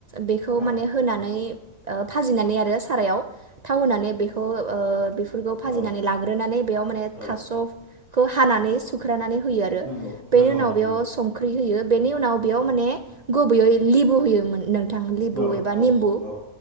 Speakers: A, on the right; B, on the left.
A: बेखौ
B: औ
A: माने होनानै ओ भाजिनानै
B: औ
A: आरो सारायाव थाव होनानै बेखौ ओ बेफोरखौ फाजिनानै
B: औ
A: लाग्रोनानै बेयाव माने
B: औ
A: थास' खौ हानानै स ख्रानानै होयो आरो
B: नंगौ
A: बेनि
B: नंगौ
A: उनाव
B: नोंथां
A: बेयाव
B: नंगौ
A: संख्रि होयो। बेनि उनाव बेयाव माने गुबोयै लिबु होयोमोन नों थां लिबु
B: औ
A: एबा
B: औ
A: निम्बु
B: औ